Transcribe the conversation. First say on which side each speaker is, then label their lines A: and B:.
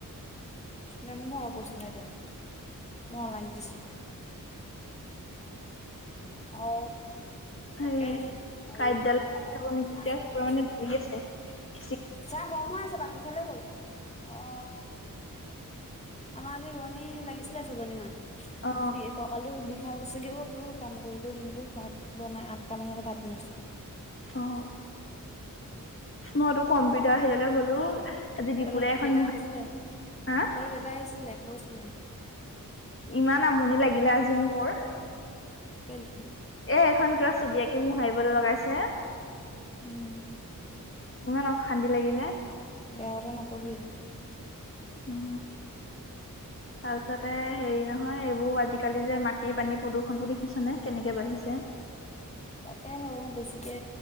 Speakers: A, on the left; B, on the left.
A: দে মোৰ ঘৰৰ পৰিছিল নাই দিয়া মই অনলাইন দিছিলি <unintelligible> অ।
B: হেৰি
A: তাকে <unintelligible>
B: কাঁইটডালে কাটি থব নেকি এতিয়া পুৰা মানে ধৰি আছে খিচিৰি।
A: ছাহ গৰম হৈ আছে বাকী খালে গ'ল অ। আমাৰ আজি ৰোৱনী লাগিছিলে ছজনী মান,
B: অ
A: দি কঁকাল বিষাই গৈছে কিয় অ তোৰ কাম কৰি কৰি দিনটো ভাত বনাই আঠটামান হতে ভাত বনাইছো।
B: অ মইতো কম্পিটাৰ সিফালে গ'লো। আজি দিপুদাই
A: তৰ
B: এখন
A: দেউতাই
B: মোহাৰি
A: আহিছিলে তোৰ
B: হা
A: দেউেতাই আহিছিলে কৈছিলে।
B: ইমান আমনি লাগিলে আজিও মোৰ।
A: কেলে?
B: এ সখন কিবা ছবি আঁকি মোৰ হাৰিবলৈ লগাইছে।
A: উম।
B: ইমান অশান্তি লাগিলে।
A: বেয়া কথা নকবি।
B: অ। তাৰপিছতে হেৰি নহয় এইবোৰ আজিকালি যে মাটিৰ পানী প্ৰদূষণ বুলি দেখিছনেে কেনেকে বাঢ়িছে।
A: তাকে হ বেছিকে